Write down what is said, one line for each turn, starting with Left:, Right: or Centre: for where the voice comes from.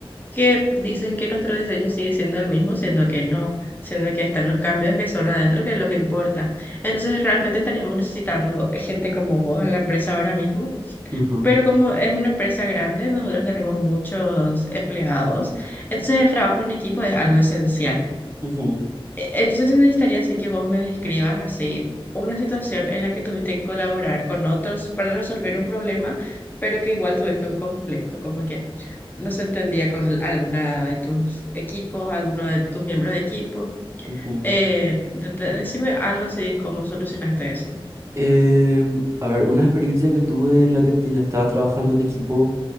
Left: que dicen que nuestro diseño sigue siendo el mismo, siendo que no, siendo que están los cambios que son adentro, que es lo que importa. Entonces, realmente estaríamos necesitando gente como vos en la empresa ahora mismo,
Right: ujú,
Left: pero como es una empresa grande, nosotros tenemos muchos empleados, entonces el trabajo en equipo es algo esencial.
Right: ujú,
Left: E- Entonces necesitaría así que vos me describas así una situación en la que tuviste que colaborar con otros para resolver un problema, pero que igual tuviste un conflicto, como que no se entendía con alguna de tus equipos, alguno de tus miembros de equipo.
Right: ujú.
Left: Eh, de- de- decime algo así, de ¿cómo solucionaste eso?
Right: Eh, a ver, una experiencia que tuve en la que te- estaba trabajando en equipo